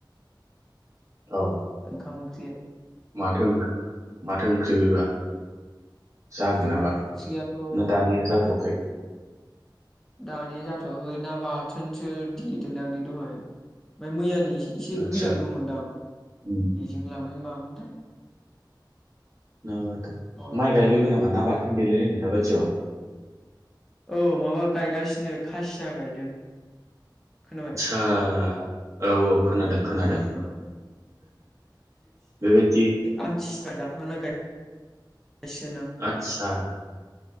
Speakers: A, on the right (about 40°); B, in the centre.
A: औ।
B: ओंखाम ओंख्रि।
A: माथो माथो ओंख्रि बेबा। जागोन
B: ओंख्रियाथ'
A: नाबा ना दानिया जाथ'वाखै।
B: दानिया जाथ'वाखै ना बाथोनसो देदोंदांलै दहाय ओमफ्राय मैयानि एसे। एसे
A: आदसा
B: गोजां दंमोनदां बेजों
A: उम
B: ललाम मा मोनथाय।
A: ना बाथोन
B: बावलायलांबाय
A: माइ गायबायबो नामा ना बाथोन देलाय लायनाय दाबादियाव।
B: औ माबा गायगासिनो खासिया गायदों खोनाबाय।
A: हा। औ औ खोनादों खोनादों
B: औ
A: बेबायदि।
B: आमथि सुवा जाखांना गायसिगोनदां।
A: आतसा।